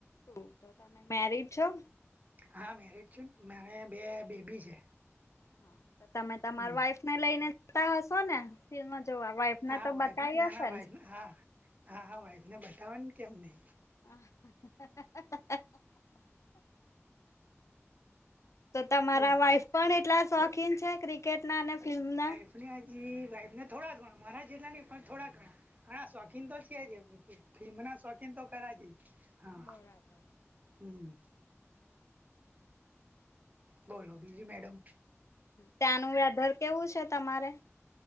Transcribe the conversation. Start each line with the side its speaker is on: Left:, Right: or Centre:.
Left: શું તો તમે મેરડ છો?
Right: હા મેરડ છે મારે બે બેબી છે.
Left: હા તો તમે તમારે
Right: હમ
Left: વાઈફ ને લઈને જતા હશો ને ફિલ્મ જોવા વાઈફ ને
Right: હા
Left: તો
Right: વાઇફ
Left: બતાવી
Right: ના
Left: હશે
Right: ના
Left: ને
Right: વાાઈફ હા હા હા વાઇફને બતાવાનું કેમ નય.
Left: હા. તો તમારા
Right: બોલો
Left: વાઈફ પણ એટલા શોખીન છે ક્રિકેટના અને ફિલ્મના.
Right: હા જી વાઈફને થોડા ઘણા મારા જેટલા નહીં પણ થોડા ઘણા ઘણા શોખીન તો છે જ એ કે. ફિલ્મ ના શોખીનતો ખરાજ એ હા
Left: બરાબર
Right: હમમ. બોલો બીજુ મેડમ.
Left: ત્યાંનું વેધર કેવું છે તમારે?